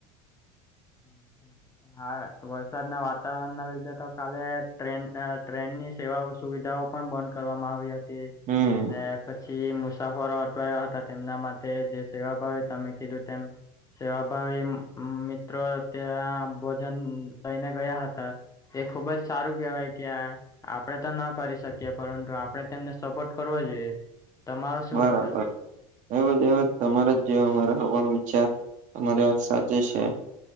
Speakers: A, on the left; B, on the right.
A: <unintelligible> હા વરસાદના વાતાવરણ ના લીધે તો કાલે ટેન અ ટ્રેનની સેવા સુવિધાઓ પણ બંધ કરવામાં આવી હતી
B: હમ
A: પછી પછી મુસાફરો અટવાયા હતા તેમના માટે જે સેવાભાવ હતા મે કીધું તેમ સેવાભાવી મિત્રો ત્યાં ભોજન લઈને ગયા હતા. એ ખુબ જ સારું કેહેવાય કે આ આપડે તો ન કરી શકીએ પરંતુ આપડે તેમને સપોર્ટ કરવો જોઈએ. તમારો શું
B: બરાબર
A: વિચાર છે
B: એવો જ એવો તમારે જ જો અરો વિચાર તમારી સાચે છે